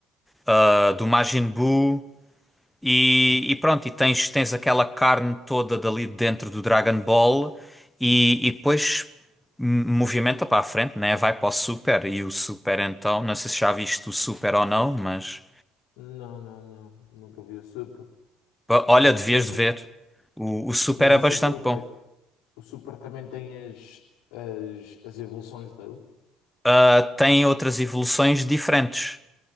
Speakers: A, in the centre; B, on the left (about 70°).
A: ah, do Majin Buu. E,
B: Ok.
A: e pronto, e tens, tens aquela carne toda dali dentro do Dragon Ball e, e depois m- movimenta para a frente, né? Vai para o Super e o Super então, não sei se já viste o Super ou não, mas
B: Não, não, não, nunca vi o Super,
A: pá, olha,
B: mas,
A: devias
B: o-
A: de ver. O, o Super
B: mas
A: é
B: o
A: bastante
B: Super o
A: bom.
B: quê? O Super também tem as, as, as evoluções dele?
A: Ah, tem outras evoluções diferentes.